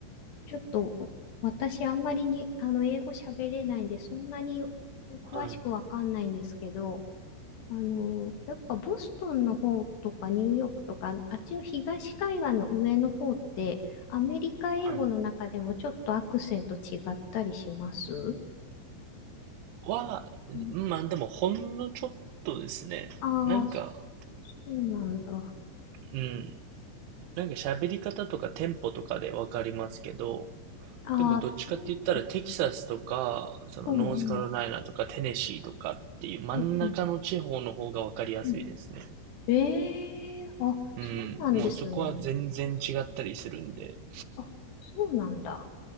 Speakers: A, on the left; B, on the right.
A: ちょっと、私、あんまりに、あの、英語喋れないんで、そんなに詳しくわかんないんですけど、
B: はい、
A: あの、やっぱボストンの方とかニューヨークとか、あっちの東海岸の上の方って、アメリカ英語の中でもちょっとアクセント違ったりします
B: はい。は、
A: うん
B: まあでもほんのちょっとですね。
A: ああ、
B: なんか、
A: そうなんだ。
B: うん。なんか喋り方とかテンポとかでわかりますけど、
A: ああ、
B: でもどっちかって言ったらテキサスとか、
A: テンポかな。
B: そのノースカロライナとかテネシーとかっていう真ん中の地方の方がわかりやすいですね。
A: うんうん、うんうん、うん。ええあ、
B: うん。
A: そうなんですね。
B: もうそこは全然違ったりするんで。
A: あ、そうなんだ。